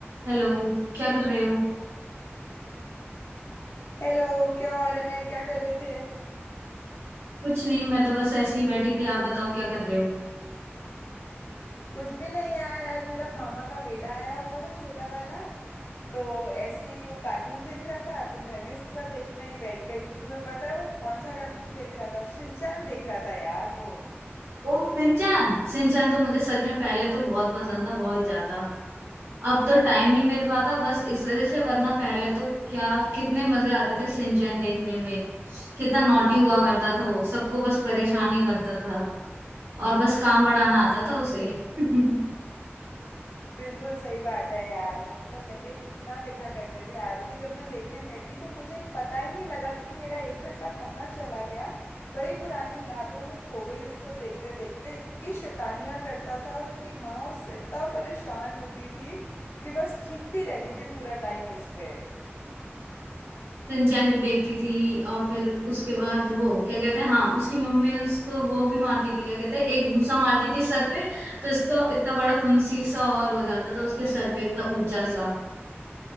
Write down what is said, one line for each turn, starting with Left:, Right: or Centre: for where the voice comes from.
Right: Hello क्या कर रहे हो
Left: Hello क्या हो रहा है क्या कर रहे थे
Right: कुछ नहीं मैं तो बस ऐसे ही बैठी थी आप बताओ क्या कर रहे हो
Left: कुछ भी नहीं यार आज मेरा मामा का बेटा आया हुआ था छोटा वाला तो ऐसे ही वो कार्टून देख रहा था तो मैं भी उसके साथ देखने बैठ गई तुम्हें पता है वो कौन सा कार्टून देख रहा था शिनचैन देख रहा था यार वो
Right: ओ सिंचान सिंचान तो मुझे सच में पहले तो बहुत पसंद था बहुत ज्यादा अब तो टाइम नहीं मिल पाता बस इस वजह से वरना पहले तो क्या कितने मजे आते थे सिंचैन देखने में कितना नॉटी हुआ करता था वो सबको बस परेशान ही करता था और बस काम बढ़ाना आता था उसे <laughs>
Left: बिल्कुल सही बात है यार मतलब पहले कितना देखा करते थे आज भी जब मैं देखने बैठी तो मुझे पता ही नहीं लगा कि मेरा एक घंटा कहाँ चला गया वही पुरानी यादों में खो गई उसको देखते देखते इतनी शैतानियां करता था और उसकी माँ उससे इतना परेशान होती थी कि बस चीखती रहती थी पूरा टाइम उस पे
Right: सिंचैन भी देखती थी और फिर उसके बाद वो क्या कहते हैं हाँ उसकी मम्मी उसको वो भी मारती थी क्या कहते हैं एक भूसा मारती थी सर पे तो इसको इतना बड़ा फुंसी सा और हो जाता था उसके सर पे इतना ऊंचा सा